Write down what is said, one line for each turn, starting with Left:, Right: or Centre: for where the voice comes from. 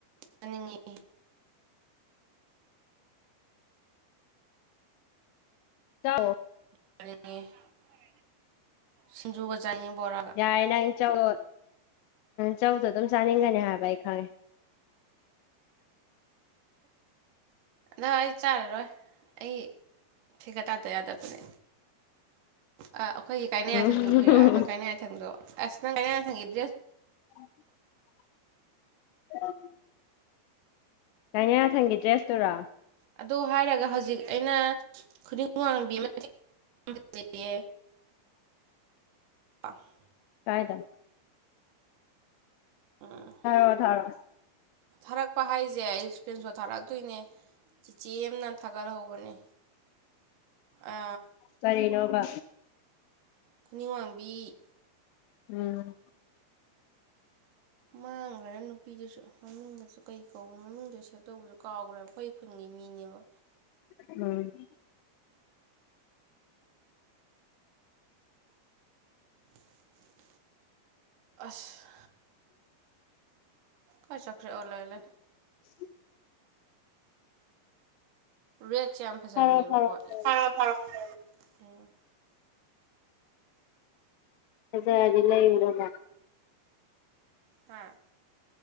Right: ꯆꯅꯤꯡꯉꯤ
Left: <unintelligible>
Right: ꯑ <inaudible> ꯁꯤꯟꯖꯨꯒ ꯆꯥꯅꯤꯡꯉꯦ ꯕꯣꯔꯥ
Left: ꯌꯥꯔꯦ ꯅꯪ ꯆꯧꯗꯣ ꯆꯧꯗꯣ ꯑꯗꯨꯝ ꯆꯥꯅꯤꯡꯒꯅꯤ ꯍꯥꯏꯕ ꯑꯩ ꯈꯪꯉꯦ
Right: ꯅꯪ ꯑꯩ ꯆꯥꯔꯔꯣꯏ ꯑꯩ ꯐꯤꯒ꯭ꯔꯇꯥꯗ ꯌꯥꯗꯕꯅꯦ ꯑ ꯑꯩꯈꯣꯏꯒꯤ ꯀꯥꯏꯅꯌꯥꯊꯪꯁꯨ
Left: ꯎꯝ
Right: ꯀꯥꯏꯔꯛꯑꯔꫭꯏ ꯀꯥꯏꯅꯌꯥ ꯊꯪꯗꯣ ꯑꯁ ꯅꯪ ꯀꯥꯏꯅꯌꯥꯊꯪꯒꯤ ꯗ꯭ꯔꯦꯁ
Left: <inaudible> <inaudible> ꯀꯥꯏꯅꯌꯥꯊꯪꯒꯤ ꯗ꯭ꯔꯦꯁꯇꯨꯔꯣ
Right: ꯑꯗꯣ ꯍꯥꯏꯔꯒ ꯍꯧꯖꯤꯛ ꯑꯩꯅ ꯈꯨꯅꯤꯡ ꯋꯥꯡꯕꯤ <unintelligible> ꯐꯖꯩꯌꯦ <inaudible>
Left: ꯀꯥꯏꯗꯥ
Right: ꯑꯃ
Left: ꯊꯥꯔꯛꯑꫭ ꯊꯥꯔꯛꯑꫭ
Right: ꯊꯥꯔꯛꯄ ꯍꯥꯏꯁꯦ ꯑꯩ ꯏꯁꯀ꯭ꯔꯤꯟ ꯁꯣꯠ ꯊꯥꯔꯛꯇꯣꯏꯅꯦ ꯆꯤꯆꯦꯑꯥꯝꯅ ꯊꯥꯒꯠ ꯍꯧꯕꯅꯦ ꯑ
Left: ꯀꯔꯤꯅꫭꯕ
Right: ꯈꯨꯅꯤꯡ ꯋꯥꯡꯕꯤ
Left: ꯎꯝ ꯫
Right: ꯃꯥꯡꯈ꯭ꯔꯦ ꯅꯨꯄꯤꯗꯨꯁꯨ ꯃꯃꯤꯡꯗꯨꯁꯨ ꯀꯩ ꯀꯧꯕꯅꯣ ꯃꯃꯤꯡꯗꯨ ꯁꯦꯞ ꯇꯧꯕꯁꯨ ꯀꯥꯎꯈ꯭ꯔꯦꯕ ꯑꯩꯈꯣꯏ ꯈꯨꯟꯒꯤ ꯃꯤꯅꯦꯕ
Left: ꯎꯝ ꯫
Right: <inaudible> ꯑꯁ ꯀꯥꯏ ꯆꯠꯈꯔꯦ ꯑꫭ ꯂꯩꯔꯦ ꯂꯩꯔꯦ
Left: <inaudible>
Right: ꯔꯦꯠꯁꯦ ꯌꯥꯝ ꯐꯖꯕꯅꯦꯕꯀꯣ
Left: ꯊꯥꯔꯛꯑꯣ ꯊꯥꯔꯛꯑꯣ
Right: ꯊꯥꯔꯛꯑꯦ ꯊꯥꯔꯛꯑꯦ ꯎꯝ
Left: ꯐꯖꯔꯗꯤ ꯂꯩꯔꫭꯗꯅ
Right: ꯍꯥꯥ꯫